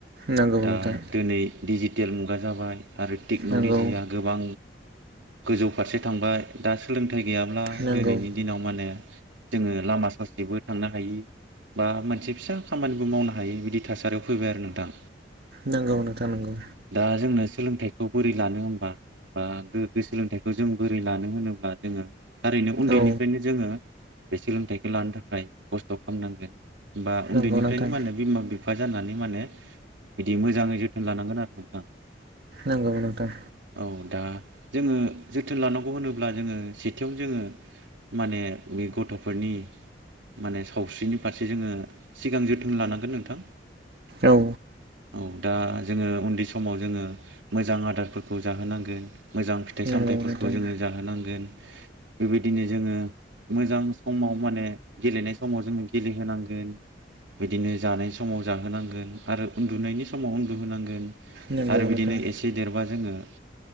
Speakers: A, on the right (about 60°); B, on the right (about 85°).
A: नंगौ
B: दा
A: नोंथां
B: दिनै डिजिटेल मुगा जाबाय आरो टेक्न'लजिया
A: नंगौ
B: गो बां गोजौ फारसे थांबाय। दा सोलोंथाइ गैयाब्ला
A: नंगौ
B: दिनैनि दिनाव माने जोङो लामा ससेबो थांनो हायि बा मोनसे फिसा खामानिबो मावनो हाय बिदि थासारियाव फैबाय आरो नोंथां।
A: नोंगौ नोंथा नोंगौ।
B: ओ दा जोंनो सोलोंथायखौ बोरै लानो होनबा? ओम गोगगो सोलोंथाइखौ जों बोरै लानो होनोब्ला ओ थारैनो उन्दैनिफ्रायनो
A: औ
B: जोङो बे सोलोंथाइखौ लानो थाखाय खस्थ' खालामनांगोन। बा
A: नंगौ
B: उन्दैनिफ्रायनो
A: नोंथां
B: मा होने बिमा बिफा जानानै माने बिदि मोजाङै जोथोन लानांगोन आरो नोंथां।
A: नांगौ नोंथां।
B: औ दा जोङो जोथोन लानांगौ होनोब्ला जोङो सेथियाव जोङो माने बे गथ'फोरनि माने सावस्रिनि फारसे जोङो सिगां जोथोन लानांगोन नोंथां।
A: औ।
B: औ दा जोङो उन्दै समाव जोङो मोजां आदारफोरखौ जाहोनांगोन। मोजां फिथाइ
A: नंगौ
B: सामथाइफोरखौ
A: नोंथां
B: जोङो जाहोनांगोन। बेबायदिनो जोङो मोजां समाव माने गेलेनाय समाव जोङो गेलेहोनांगोन। बिदिनो जानाय समाव जाहोनांगोन आरो उ न्दुनायनि समाव उन्दुहोनांगोन
A: नंगौ
B: आरो
A: नोंथां
B: बिदिनो एसे देरबा जोङो